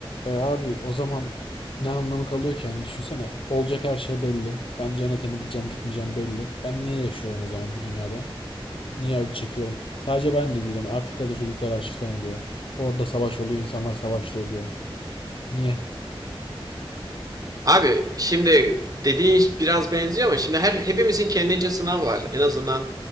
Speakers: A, on the left (about 65°); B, on the right (about 40°).
A: E abi o zaman ne anlamı kalıyor ki? Yani düşünsene olacak her şey belli. Ben cennete mi gideceğim gitmeyeceğim belli. Ben niye yaşıyorum o zaman bu dünyada? Niye acı çekiyorum? Sadece ben de değil. Yani Afrika'da çocuklar açlıktan ölüyor. Orada savaş oluyor. insanlar savaşta ölüyor. Niye?
B: Abi şimdi dediğin biraz benziyor ama şimdi her hepimizin kendince sınavı var. En azından